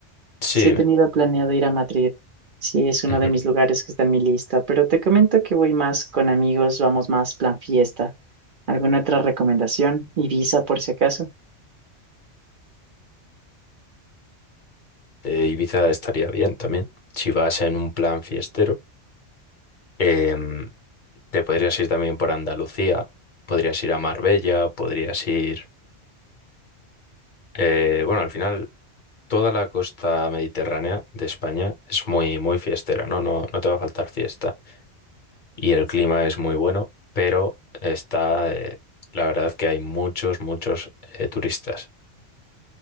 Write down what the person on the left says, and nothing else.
sí,
dime.
Ujú.
Eh, Ibiza estaría bien también. Si vas en un plan fiestero, Em, te podrías ir también por Andalucía, podrías ir a Marbella, podrías ir... eh, bueno, al final toda la costa mediterránea de España es muy, muy fiestera, ¿no? No, no te va a faltar fiesta. Y el clima es muy bueno, pero está, eh, la verdad que hay muchos, muchos eh, turistas.